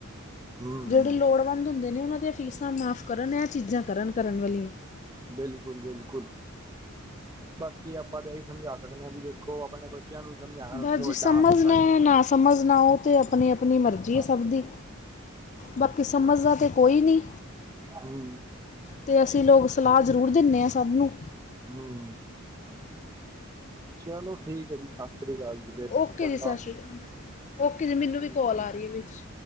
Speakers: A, on the right; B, on the left.
A: ਹੂੰ
B: ਜਿਹੜੇ ਲੋੜਵੰਦ ਹੁੰਦੇ ਨੇ ਉਹਨਾਂ ਦੀਆਂ ਫੀਸਾਂ ਮਾਫ਼ ਕਰਨ ਇਹ ਚੀਜ਼ਾਂ ਕਰਨ ਕਰਨ ਵਾਲੀਆਂ।
A: ਬਿਲਕੁਲ-ਬਿਲਕੁਲ, ਬਾਕੀ ਆਪਾਂ ਤਾਂ ਇਹੀ ਸਮਝਾ ਸਕਦੇ ਆ ਵੀ ਦੇ ਖੋ ਆਪਣੇ ਬੱਚਿਆਂ ਨੂੰ ਸਮਝਾਣਾ
B: ਬਸ
A: <unintelligible> ਵੱਡਾ
B: ਜੇ ਸਮਝਣਾ
A: ਹੱਥ ਤੁਹਾਡਾ
B: ਹੈ, ਨਾ ਸਮਝਣਾ ਓਹੇ ਤਾਂ ਆਪਣੀ ਆਪਣੀ ਮਰਜ਼ੀ
A: ਹਾਂ
B: ਐ ਸਭ ਦੀ। ਬਾਕੀ ਸਮਝਦਾ ਤਾਂ ਕੋਈ ਨੀ।
A: ਹੂੰ
B: ਤੇ ਅਸੀਂ ਲੋਕ ਸਲਾਹ ਜ਼ਰੂਰ ਦਿਨੇ ਆ ਸਭ ਨੂੰ
A: ਹੂੰ, ਚਲੋ ਠੀਕ ਐ ਜੀ ਸਤਿ ਸ੍ਰੀ ਅਕਾਲ ਜੀ। ਫਿਰ
B: ਓਕੇ
A: ਚੰਗਾ
B: ਜੀ ਸਤਿ ਸ਼੍ਰੀ ਅਕਾਲ, ਓਕੇ ਜੀ ਮੈਨੂੰ
A: ਠੀਕ
B: ਵੀ ਕੋਲ
A: ਹੈ
B: ਆ
A: ਜੀ
B: ਰਹੀ ਆ ਵਿੱਚ।